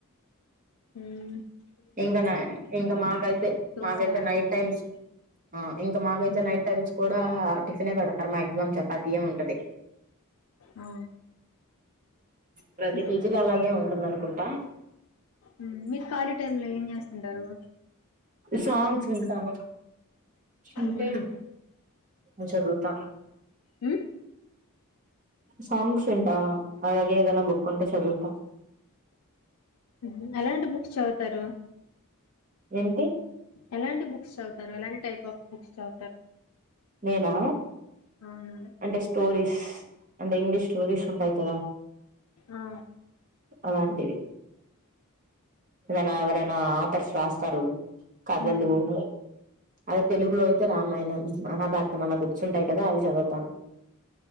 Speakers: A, on the left (about 80°); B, on the right (about 35°).
A: ఊ
B: ఇంకా న ఇంకా మాకైతే
A: దోశ
B: మాకైతే
A: అట్లా
B: నైట్ టైమ్స్ ఆ ఇంకా మాకైతే
A: హ్మ్
B: నైట్ టైమ్స్ కూడా టిఫిన్ ఏ పెడతారు మాక్సమమ్ చపాతీ ఏ ఉంటది
A: ఆ
B: ప్రతి
A: ఇంక
B: పేజీలో అలాగే ఉంటుందనుకుంటా
A: ఊ మీరు ఖాళీ టైమ్ లో ఏం చేస్తుంటారు
B: సాంగ్స్ వింటాను ఉంటే
A: హ్మ్
B: నువ్ చదుత
A: హ్మ్
B: సాంగ్స్ వింటా అలాగే ఏదనా బుక్ ఉంటే చదువుతా
A: ఊ అలాంటి బుక్స్ చవుతారు
B: ఎం
A: ఎలాంటి బుక్స్ చవుతారు ఎలాంటి టైప్ ఆఫ్ బుక్స్ చదువుతారు
B: నేనా
A: అవునండి
B: అంటే స్టోరీస్ అంటే ఇంగ్లీష్ స్టోరీస్ ఉంటాయి కదా
A: ఆ
B: అలాంటివి ఏదైనా ఎవరైనా ఆదర్స్ రాస్తారు కథలు
A: ఉమ్
B: ఊ ని అద తెలుగులో అయితే రామాయణం మహాభారతం అలా బుక్స్ ఉంటాయి కదా అది చదువుతాను